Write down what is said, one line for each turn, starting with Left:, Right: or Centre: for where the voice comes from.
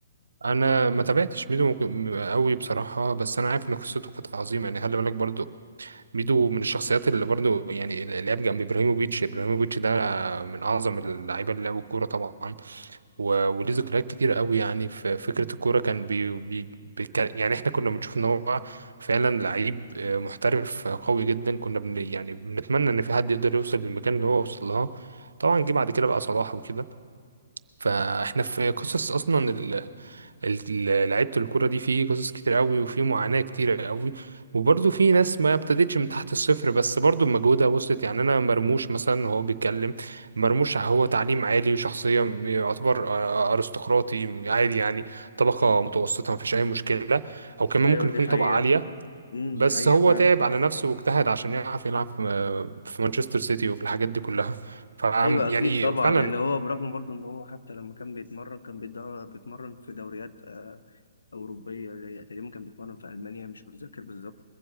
Right: انا ما تابعتش ميدو مك- م- قوي بصراحه بس انا عارف ان قصته كانت عظيمه يعني خلي بالك برضو ميدو من الشخصيات اللي برضو يعني اللي لعب جنب ابراهيموفيتش ابراهيموفيتش ده من اعظم اللعيبه اللي لعبوا الكوره طبعا و- وليه ذكريات كتير قوي يعني في فكرة الكورة كان بي بي بي كان يعني احنا كنا بنشوف ان هو فعلا لعيب آه، محترف آه، قوي جدا كنا بن يعني بنتمنى ان في حد يقدر يوصل للمكان اللي هو وصل لها طبعا جه بعد كده بقى صلاح وكده فاحنا في قصص اصلا ال- ال- لعيبة الكرة دي في قصص كتير قوي وفي معاناة كتير قوي وبرضه في ناس ما ابتدتش من تحت الصفر بس برضه بمجهودها وصلت يعني انا مرموش مثلا هو بيتكلم مرموش هو تعليم عالي وشخصية يعتبر آه، ارستقراطي عادي يعني طبقة متوسطة ما فيش اي مشكلة او كمان
Left: ايوه
Right: ممكن
Left: دي
Right: يكون
Left: حقيقه
Right: طبقة عالية
Left: امم
Right: بس
Left: دي حقيقه
Right: هو
Left: فعلا
Right: تعب على نفسه واجتهد عشان يعرف يلعب في آه، في مانشستر سيتي وفي الحاجات دي كلها <laughs> ف
Left: ايوه
Right: يعني
Left: اكيد طبعا
Right: فعلا
Left: يعني هو برغم برضه ان هو حتى لما كان بيتمرن كان بيدر- بيتمرن في دوريات آه، أوروبية زي تقريبا كان بيتمرن في ألمانيا مش متذكر بالظبط